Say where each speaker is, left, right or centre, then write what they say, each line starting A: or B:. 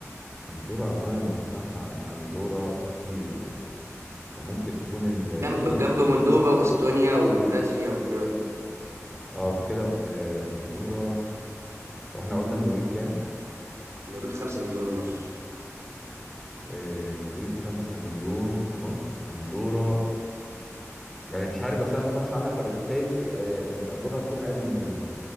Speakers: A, in the centre; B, on the right (about 60°).
A: اندورا اصلا أنا ما بسمعش عن اندورا كتير يعني فممكن تكون ال-
B: جنب
A: النرويج
B: جنب مولدوفا
A: اكتر
B: واستونيا ولاتفيا والدول دي
A: اه فكده آه، اندورا واحنا قلنا النرويج كام
B: النرويج خمسة مليون ونص
A: آه، النرويج خمسة مليون ونص اندورا يعني مش عارف بس انا ما بسمعش عنها فبالتالي آه، اندورا هتكون اقل من النرويج